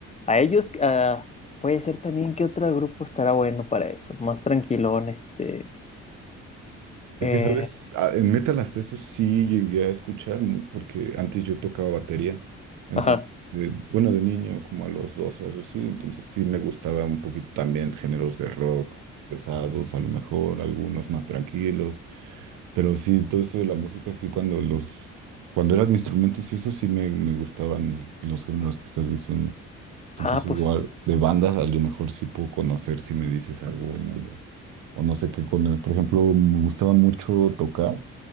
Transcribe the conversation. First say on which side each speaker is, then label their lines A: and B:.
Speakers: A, on the left; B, on the right.
A: a ellos. a- puede ser también que otro grupo estará bueno para eso, más tranquilón, este.
B: Es
A: eh,
B: que, ¿sabes? Ah, En metal hasta eso sí llegué a escuchar, mm, porque antes yo tocaba batería. Entonces,
A: ajá.
B: de- bueno, de niño, como a los 12, algo así. Entonces sí me gustaba un poquito también géneros de rock pesados, a lo mejor, algunos más tranquilos. Pero sí, todo esto de la música, sí, cuando los, cuando eran instrumentos y eso sí me, me gustaban los géneros que estás diciendo. Entonces,
A: Ah,
B: igual,
A: pues.
B: de bandas, a lo mejor sí puedo conocer si me dices alguna o no sé qué con él. Por ejemplo, me gustaba mucho tocar